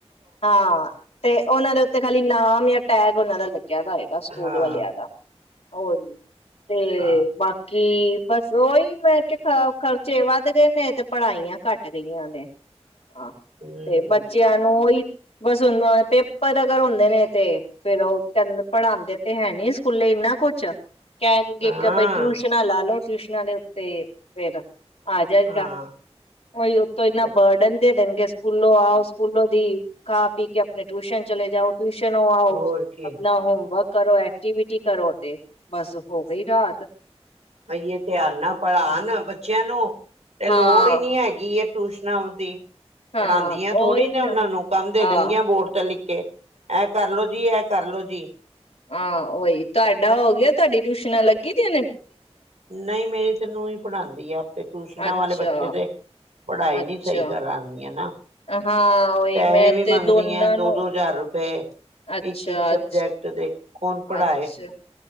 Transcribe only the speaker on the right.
ਹਾਂ
ਹਾਂ
ਹਮ
ਹਾਂ
ਹਾਂ
ਬ
ਹੋਰ ਕੀ
ਅੜੀਏ ਪਿਆਰ ਨਾਲ ਪੜ੍ਹਾਉਣ ਬੱਚਿਆਂ ਨੂੰ ਤੇ ਲੋੜ
ਹੀ ਨੀ ਹੈਗੀ ਇਹ ਟਊਸ਼ਨ ਸੁਣਾਉਂਦੀ
ਪੜ੍ਹਾਉਦੀਆਂ ਥੋੜ੍ਹੀ
ਨੇ
ਉਹਨਾਂ ਨੂੰ ਕੰਮ ਦੇ ਦੇਣਗੀਆਂ
ਬੋਰਡ ਤਾਂ ਲਿਖ ਐ ਕਰਲੋ ਜੀ ਇਹ ਕਰਲੋ ਜੀ
ਨਹੀਂ ਮੇਰੀ ਤੈਨੂੰ ਹੀ ਪੜ੍ਹਾਉਂਦੀ ਆ ਆਪੇ ਟਿਊਸ਼ਨਾਂ
ਵਾਲੇ ਬੱਚੇ ਦੇ ਪੜ੍ਹਾਈ
ਨਹੀਂ ਸਹੀ ਕਰਉਦੀ ਹੈ ਨਾ
ਪੈਸੇ
ਵੀ
ਮੰਗਦੀਆਂ
ਦੋ
ਦੋ ਹਜ਼ਾਰ ਰੁਪਏ
ਇੱਕ ਇੱਕ ਸਬਜੈਕਟ
ਦੇ ਕੌਣ ਪੜ੍ਹਾਏ